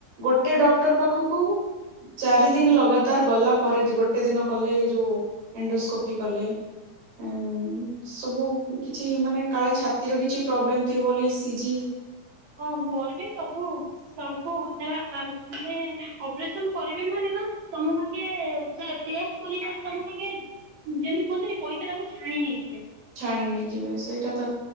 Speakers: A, on the right; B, on the right.
A: ଗୋଟିଏ ଡକ୍ଟର ପାଖକୁ କୁ ଚାରି ଦିନ ଲଗାତାର ଗଲା ପରେ ଗୋଟେ ଦିନ କଲେ ଏ ଯୋଉ ଏଣ୍ଡୋସ୍କୋପି କଲେ ଉମ୍ ସବୁ କିଛି ମାନେ କାଳେ ଛାତିର କିଛି ପ୍ରୋବ୍ଲେମ ଥିବ ବୋଲି ଇ ସି ଜି
B: ହଁ ମୋର ବି ସବୁ ସବୁ <unintelligible> ମାନେ ଅପରେସନ କରିବେ ମାନେ ନା ତମକୁ ଆଗେ ସେ ଟେଷ୍ଟ କରି କରି ତମକୁ ଆଗେ ଯେମିତି କୁହନ୍ତିିନି ପଇସାଟାକୁ ଛାଣି ନେଇଯିବେ।
A: ଛାଣି ନେଇଯିବେ ସେଇଟା ତ